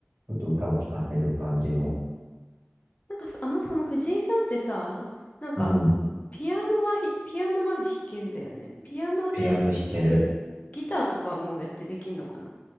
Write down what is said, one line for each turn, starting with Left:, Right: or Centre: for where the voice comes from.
Right: ちょっと歌を聴かせる感じの、
Left: なんかそ、あの、その藤井さんってさ、なんか、
Right: うん、
Left: ピアノはひ、ピアノまず弾けんだよね。ピアノで
Right: ピアノ弾ける。
Left: ギターとかもやってできんのかな